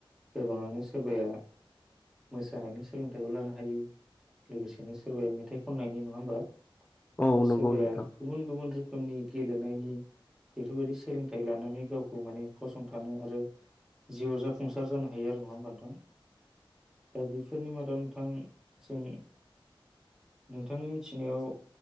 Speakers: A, in the centre; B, on the left.
A: गोबाङानो सोरबाया मोसानायनि सोलोंथाइबो लानो हायो लोगोसेनो सोरबाया मेथाइ खननायनि नङा होमबा?
B: औ
A: बा सोरबाया
B: नंगौ नोंथां
A: गुबुन गुबुन रोखो रोखोमनि गेलेनायनि बेफोरबायदि सोलोंथाइ लानानै गावखौ माने फसंथानो आरो जिउआव जाफुंसार जानो हायो आरो नङा होमबा नोंथां ओ बेफोरनि मादाव नोंथां जों नोंथांनि मिथिनायाव